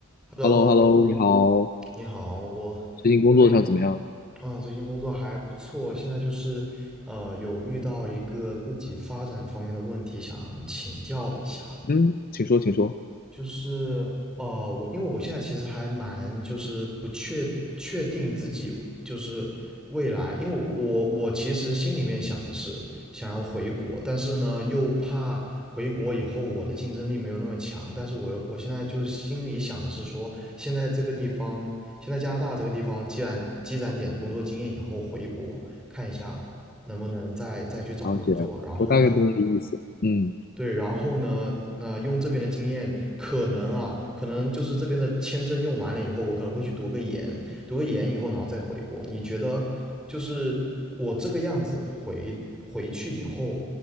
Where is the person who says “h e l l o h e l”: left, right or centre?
Left